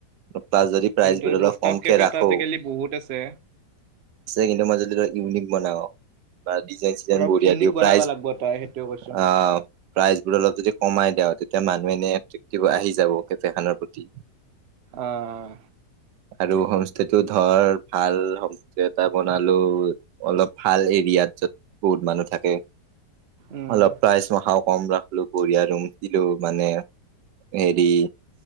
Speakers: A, on the right (about 80°); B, on the right (about 50°).
A: বা যদি প্ৰাইচবোৰ
B: কিন্তু
A: অলপ
B: ৰুফটপ
A: কমকে
B: কেফেটো
A: ৰাখো।
B: আজিকালি বহুত আছে
A: চিনেমাজ ইউনিক বনাওঁ। বা ডিজাইন চিজাইন
B: অলপ
A: বঢ়িয়া
B: ইউনিক
A: দিওঁ
B: বনাব
A: প্ৰাইজ
B: লাগিব তই সেইটোৱে কৈছো
A: অ প্ৰাইজ বোৰ অলপ যদি কমাই দওঁ তেতিয়া মানুহে এনে এট্ৰেক্টিভ আহি যাব কেফেখনৰ প্ৰতি
B: আহ
A: আৰু হোমষ্টেটো ধৰ ভাল হ এটা বনালো অলপ ভাল এৰিয়াত যত বহুত মানুহ থাকে
B: উম
A: অলপ প্ৰাইজ মাখাও কম ৰাখলো বঢ়িয়া ৰুম দিলো মানে হেৰি